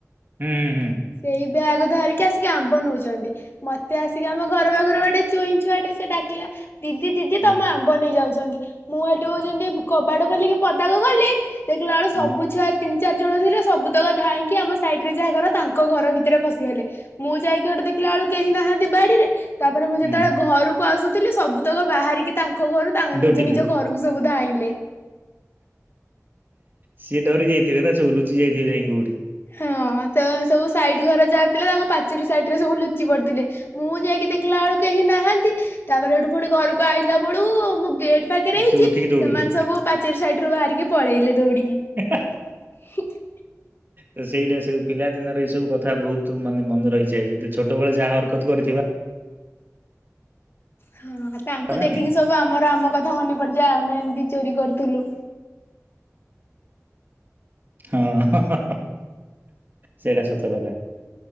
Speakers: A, on the right; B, on the left.
A: ହୁଁ ହୁଁ ହୁଁ।
B: ସେଇ ବ୍ୟାଗ ଧରିକି ଆସିକି ଆମ୍ବ ନେଉଛନ୍ତି। ମତେ ଆସିକି ଆମ ଘର ପାଖରୁ ଗୋଟେ ଆ ଟେ ସେ ଡାକିଲା ଦିଦି ଦିଦି
A: ହୁଁ
B: ତମ ଆମ୍ବ ନେଇ ଯାଉଛନ୍ତି। ମୁଁ ଏଠୁ ଯେମିତି କବାଡ ଖୋଲି କି ପଦାକୁ ଗଲି ଦେଖିଲା ବେଳେ
A: ହୁଁ
B: ସବୁ ଛୁଆ ତିନ ଚାରି ଜଣ ଥିଲେ ସବୁତକ ଧାଇଁକି ଆମ ସାଇଟ୍ ରେ ଯାହା ଘର ତାଙ୍କ ଘର ଭିତରେ ପଶିଗଲେ ମୁଁ ଯାଇକି ଗୋଟେ ଦେଖିଲା ବେଳୁ କେହି ନାହାନ୍ତି ବାଡିରେ ତାପରେ ମୁଁ ଯା
A: ହୁଁ,
B: ଯେତେବେଳେ ଘରୁକୁ। ଆସୁଥିଲି ସବୁତକ ବାହାରିକି ତାଙ୍କ କହରୁ ତାଙ୍କ
A: ଦୌଡିଲେ।
B: ନିଜ ନିଜ ଘରକୁ ସବୁ ଧାଇଁଲେ
A: ସିଏ ଡରି ଯାଇଥିବେ ନା ସବୁ ଲୁଚି ଯାଇଥିବେ ଯାଇ କଉଠି
B: ହଁ ତ ସବୁ ସାଇଡ ଘର ଯା। ତାଙ୍କ ପାଚେରି ସାଇଟ ରେ ସବୁ ଲୁଚି ପଡିଥିଲେ ମୁଁ ଯାଇକି ଦେଖିଲା ବେଳକୁ କେହି ନାହାନ୍ତି ତାପରେ ସେଠୁ ପୁଣି ଘରକୁ ଆଇଲା ବେଳୁ ମୁଁ ଗ ପାଖରେ ହେଇଛି
A: ସବୁ ଉଠିକି ଦୌଡିଲେ।
B: ସେମାନେ ସବୁ ପାଚେର ସାଇଡ ରୁ ବାହାରିକି। ପଳେଇଲେ ଧୋଉଡ଼ିିକ।
A: ତ
B: <unintelligible>
A: ତ ସେଇଟା ସବୁ ପିଲାଦିନରେ ଏଇ ସବୁ କଥା ବହୁତ ମାନେ ମନେ ରହିଛିାଏ ଯଦି ଛୋଟବେଳେ ଯାହା ହରକତ କରିଥିବା।
B: ହଁ ତାଙ୍କୁ
A: ନା
B: ଦେଖିକି
A: ଆମେ
B: ସବୁ ଆମର ଆମ କଥା ମନେ ପଡି ଜୀବ ଆମେ ଏମିତି ଚୋରି କରୁଥିଲୁ।
A: ହଁ ହା ହା ସେଇଟା ସତ କଥା